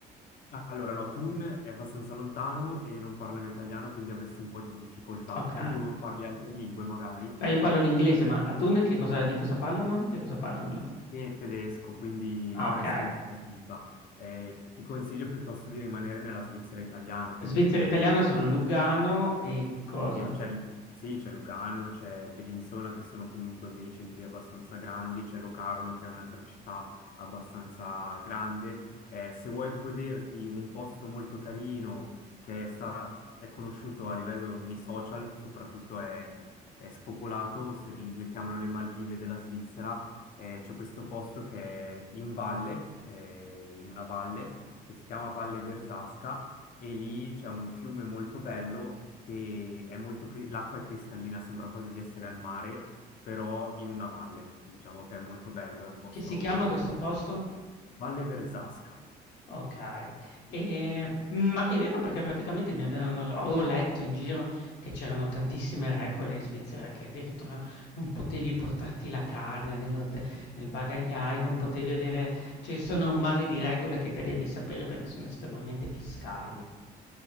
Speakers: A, on the left; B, on the left.
A: Allora, no, Thun è abbastanza lontano e non parlano italiano, quindi avresti un po' di difficoltà.
B: Ok.
A: Tu parli altre lingue magari
B: Beh, io parlo l'inglese, ma a Thun che cosa, di cosa parlano? Che cosa parlano là?
A: e tedesco, quindi
B: Ah,
A: faresti
B: ok.
A: un po' di fatica. Eh, ti consiglio piuttosto di rimanere nella Svizzera italiana, quindi
B: Svizzera
A: nel cantone.
B: italiana sono Lugano e cosa?
A: E c'è- sì, c'è Lugano, c'è Bellinzona che sono comunque dei centri abbastanza grandi, c'è Locarno che è un'altra città abbastanza grande. Eh, se vuoi goderti un posto molto carino che sta- è conosciuto a livello nei social, soprattutto è, è spopolato, se- le chiamano le Maldive della Svizzera, eh, c'è questo posto che è in valle, eh, in una valle che si chiama Valle Versasca e lì c'è un fiume molto bello che è molto... cri- l'acqua è cristallina, sembra quasi di essere al mare, però in una valle, diciamo che è molto bello, è un posto
B: Che si chiama
A: carino.
B: questo posto?
A: Valle Verzasca.
B: Okay. Ehm, ma è vero perché praticamente mi avevano l avevo letto in giro che c'erano tantissime regole in Svizzera, che addirittura non potevi portarti la carne nello de nel bagagliaio, non potevi avere ci sono un mare di regole che te devi sapere perché sono estremamente fiscali.